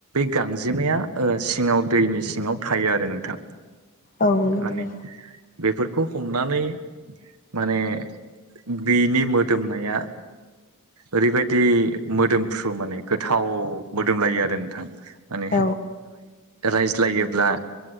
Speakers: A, on the right (about 85°); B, on the left (about 40°).
A: गांजेमाया सिङाव दैनि सिङाव थायो आरो नोंथां
B: औ नंगौ
A: माने बेफोरखौ हमनानै माने बिनि मोदोमनाया ओरैबायदि मोदोमफ्रु माने गोथाव मोदोम लायो आरो नोंथां माने
B: औ
A: रायज्लायोब्ला